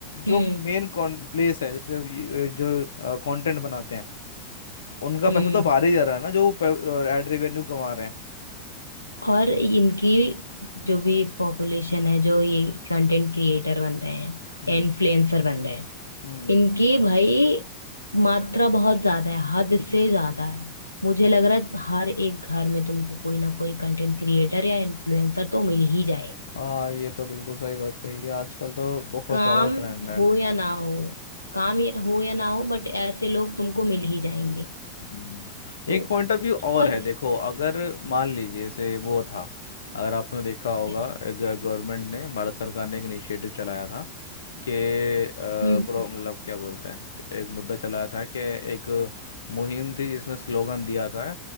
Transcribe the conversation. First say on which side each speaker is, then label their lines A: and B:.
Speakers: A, on the left; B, on the left.
A: हम्म
B: जो मेन प्लेस है जैसे ये- जो कंटेंट बनाते हैं उनका
A: हम्म।
B: पैसा तो बाहर ही जा रहा है ना जो एड रेवेन्यू कमा रहे हैं
A: और इनकी जो भी पॉपुलेशन है जो ये कंटेंट क्रिएटर बन रहे हैं
B: हम्म
A: इन्फ्लुएंसर बन रहे हैं
B: हम्म
A: इनकी भाई मात्रा बहुत ज्यादा है हद से ज्यादा है मुझे लग रहा है हर एक घर में तुमको कोई ना कोई कंटेंट क्रिएटर या इन्फ्लुएंसर तो मिल ही जाएगा
B: हाँ ये तो बिल्कुल सही बात कही कि आजकल तो बहुत
A: काम
B: ज्यादा ट्रेंड है
A: हो या ना हो काम या- हो या ना हो बट ऐसे लोग तुमको मिल ही जाएंगे
B: हम्म,
A: तो
B: एक पॉइंट ऑफ व्यू और
A: और
B: है देखो अगर मान लीजिए जैसे वो था अगर आपने देखा होगा
A: क्या
B: गवर्नमेंट ने भारत सरकार ने एक इनिशिएटिव चलाया था कि अ,
A: हम्म
B: प्रो मतलब क्या बोलते हैं एक मुद्दा चलाया था कि एक मुहिम थी जिसमें स्लोगन दिया था